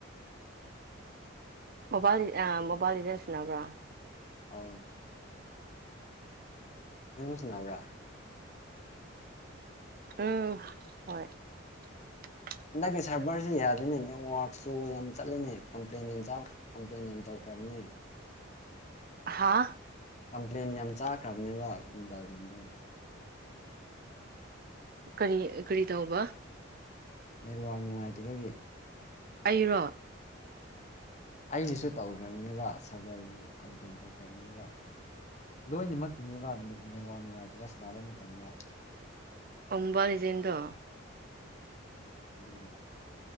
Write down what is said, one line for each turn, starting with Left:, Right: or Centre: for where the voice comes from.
Right: ꯃꯣꯕꯥꯜ ꯑ ꯃꯣꯕꯥꯜ ꯏꯁꯅꯕ꯭ꯔꯥ
Left: ꯑ ꯌꯦꯁ ꯅ꯭ꯔꯥ
Right: ꯎꯝ <unintelligible>
Left: ꯍꯟꯗꯛꯀꯤ ꯁꯚꯔꯁꯤ ꯌꯥꯗꯦꯅꯦ ꯅꯦꯠꯋꯥꯛꯁꯨ ꯌꯥꯝ ꯆꯠꯂꯦꯅꯦ ꯀꯝꯄ꯭ꯂꯦꯟ ꯌꯥꯝ ꯆꯥꯎ ꯀꯝꯄ꯭ꯂꯦꯟ ꯌꯥꯝ ꯇꯧ ꯭ꯔꯝꯅꯤ
Right: ꯍꯥꯥ
Left: ꯀꯝꯄ꯭ꯂꯦꯟ ꯌꯥꯝ ꯆꯥꯈ꯭ꯔꯕꯅꯦꯕ ꯃꯕꯥꯜꯗꯦꯟꯗꯣ
Right: ꯀꯔꯤ ꯀꯔꯤ ꯇꯧꯕ
Left: ꯅꯦꯠꯋꯥꯛ ꯅꯨꯡꯉꯥꯏꯇꯕꯒꯤ
Right: ꯑꯩꯔꯣ
Left: ꯑꯩꯒꯤꯁꯨ ꯇꯧꯈ꯭ꯔꯕꯅꯦꯕ ꯁꯥꯔꯚꯔꯕꯨ ꯀꯝꯄ꯭ꯂꯦꯟ ꯇꯧꯈ꯭ꯔꯕꯅꯦꯕ ꯂꯣꯏꯅꯃꯛꯀꯤꯤꯅꯦꯕ ꯅꯦꯋꯥ ꯅꯨꯡꯉꯥꯏꯇꯕ ꯁꯕ ꯃꯇꯝꯗ
Right: ꯑꯣꯝꯕ ꯖꯤꯟꯗꯣ
Left: ꯑꯗꯨꯗꯒꯤꯦ